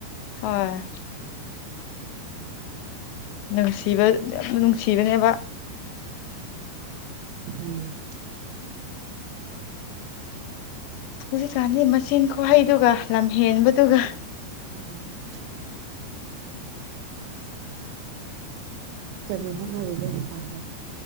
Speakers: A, on the left; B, on the right.
A: ꯍꯣꯏ ꯅꯨꯡꯁꯤꯕ ꯌꯥꯝꯅ ꯅꯨꯡꯁꯤꯕꯅꯦꯕ
B: ꯎꯝ
A: ꯍꯧꯖꯤꯛꯀꯥꯟꯗꯤ ꯃꯆꯤꯟ ꯈꯨꯍꯩꯗꯨꯒ ꯂꯝꯍꯦꯟꯕꯗꯨꯒ
B: ꯎꯝ ꯀꯔꯤ ꯍꯣꯠꯅꯔꯤꯒꯦ ꯃꯄꯥꯟꯗ